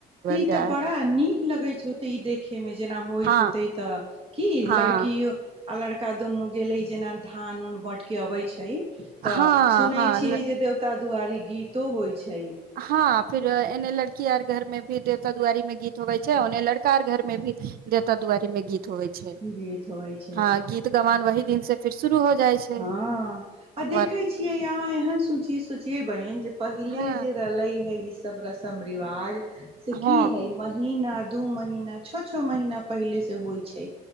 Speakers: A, on the right; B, on the right.
A: तऽ ई
B: जाय
A: तऽ बड़ा
B: है
A: नीक लगैत छै होते ई देखयमे जेना होइत
B: हँ
A: होते तऽ क
B: हँ
A: लड़किय आ लड़का दुनू गेले जेना धान न बाँट के अबे छै तऽ
B: हँ
A: सुनै
B: हँ
A: छियै जे देवता दु्वाररी गीतो होइ छै
B: हँ फिर एने लड़की यार घरमे भी देवता दुआरीं गीत होवे छै ऑने लड़का र घर मे भीवता दुआरी में गीत होइ छै
A: गीत होइ छै
B: हँ गीत गवान आहि दिन से फर शुर हो जाइ छै
A: हँ आ देखै
B: वर
A: छियै अहाँ एहन सुची ए बनिन जे पहिले
B: हँ
A: जे रई है सभ रसम रिवाज से
B: हँ
A: की है महीना दू महीना छओ छओ महीना पहिले से होइ छै